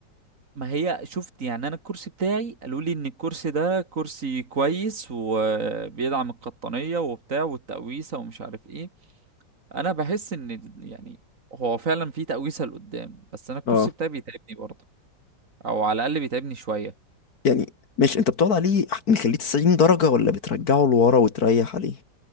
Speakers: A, on the right (about 45°); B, on the left (about 55°).
A: ما هي شفت يعني انا الكرسي بتاعي قالوا لي ان الكرسي ده كرسي كويس وبيدعم القطنية وبتاع والتقويسة ومش عارف ايه انا بحس ان يعني هو فعلا في تقويسه لقدام بس انا الكرسي
B: اه
A: بتاعي بيتعبني برضه او على الاقل بيتعبني شويه
B: يعني ماشي انت بتقعد عليه مخليه 90 درجه ولا بترجعه لورا وتريح عليه